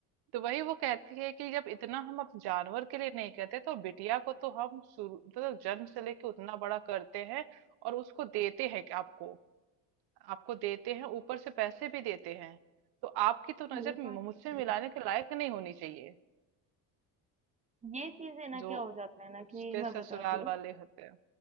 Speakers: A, on the right; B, on the right.
A: तो वही वो कहती है कि जब इतना हम अब जानवर के लिए नहीं कहते तो बिटिया को तो हम शुरू मतलब जन्म से लेके उतना बड़ा करते हैं और उसको देते हैं कि आपको आपको देते हैं ऊपर से पैसे भी देते हैं तो आपकी तो नजर
B: मेरे पास
A: मुझसे
B: तो
A: मिलाने
B: नहीं।
A: के लायक नहीं होनी चाहिए
B: ये चीजें ना
A: जो
B: क्या हो जाता है ना
A: उसके
B: कि मैं
A: ससुराल
B: बताती हूँ
A: वाले होते हैं